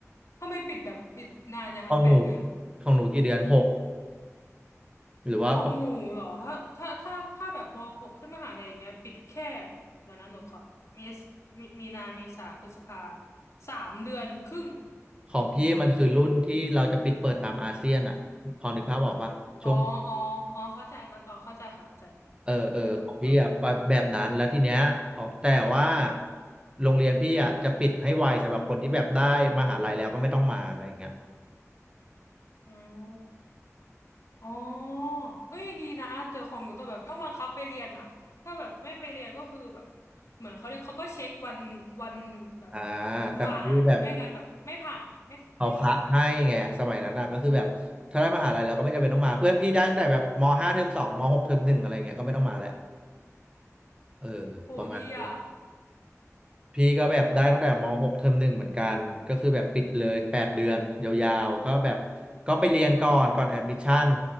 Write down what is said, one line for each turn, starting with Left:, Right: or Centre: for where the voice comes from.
Left: ทำไมปิดแบบปิดนานนะคะแปดเดือน
Right: ของหนูของหนูกี่เดือนหกหรือว่า
Left: ของหนูเหรอถ้าถ้าถ้าถ้าแบบม .6 ขึ้นมหาลัยอย่างเงี้ยปิดแค่เดี๋ยวนะหนูขอมีมีมีนาเมษาพฤษภาสามเดือนครึ่ง
Right: ของพี่มันคือรุ่นที่เราจะปิดเปิดตามอาเซียนอะพอนึกภาพออกปะช่วง
Left: อ๋ออ๋ออ๋อเข้าใจเขาอ๋อเข้าใจค่ะเข้าใจ
Right: เออเออของพี่อ่ะแบบแบบนั้นแล้วทีเนี้ยของแต่ว่า
Left: นึกออกนึกออก
Right: โรงเรียนพี่อ่ะจะปิดให้ไวสำหรับคนที่แบบได้มหาลัยแล้วก็ไม่ต้องมาอะไรอย่างเงี้ย
Left: อืม อ๋อเอ้ยดีนะแต่ของหนูต้องแบบต้องบังคับไปเรียนอ่ะถ้าแบบไม่ไปเรียนก็คือแบบเหมือนเขาเรียกเขาก็เช็ควันวันแบบ
Right: อ่าแต่ของพี่แบบ
Left: มาไม่งั้นแบบไม่ผ่านไม่ไม่จบ
Right: เขาคะให้ไงสมัยนั้นอ่ะก็คือแบบถ้าได้มหาลัยแล้วก็ไม่จำเป็นต้องมาเพื่อนพี่ได้ตั้งแต่แบบมห้าเทอมสองมหกเทอมหนึ่งอะไรอย่างเงี้ยก็ไม่ต้องมาแล้วเออประมาณนั้น
Left: โหดีอ่ะ
Right: พี่ก็แบบได้ตั้งแต่ม .6 เทอมหนึ่งเหมือนกัน ก็คือแบบปิดเลยแปดเดือนยาวๆก็แบบก็ไปเรียนก่อนก่อนแอดมิชชั่น